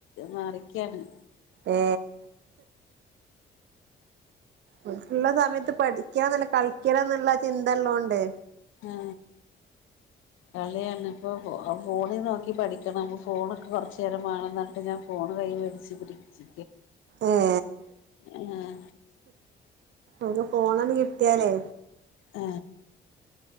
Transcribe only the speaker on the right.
ഏ ഓൾക്ക്ഉള്ളസമയത്ത് പഠി ഠിക എന്നല്ല കളിക്കണം എന്നുള്ള ചിന്തയുള്ളോണ്ട്
ഏ
അവർക്ക്ഫോൺ ഒന്ന് കിട്ടിയാലേ